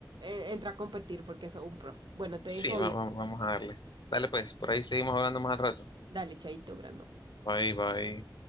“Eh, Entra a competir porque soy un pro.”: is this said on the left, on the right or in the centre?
Right